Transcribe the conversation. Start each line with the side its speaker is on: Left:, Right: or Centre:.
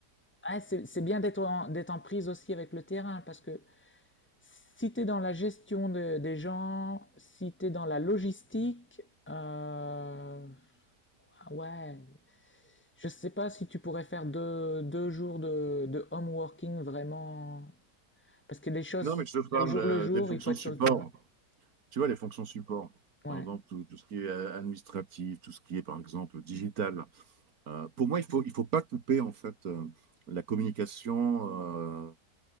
Left: ah, c'est c'est bien d'être en, d'être en prise aussi avec le terrain, parce que si t'es dans la gestion de- des gens, si t'es dans la logistique, euh, ah ouais, je sais pas si tu pourrais faire deux deux jours de de home working vraiment. Parce que les choses,
Right: Non, mais je te parle
Left: c'est au jour
Right: euh,
Left: le jour,
Right: des fonctions
Left: il faut être
Right: support.
Left: sur le terrain.
Right: tu vois, les fonctions support,
Left: Ouais.
Right: par exemple, tout, tout ce qui est euh, administratif, tout ce qui est, par exemple, digital. Euh, pour moi, il faut, il faut pas couper, en fait, euh, la communication euh,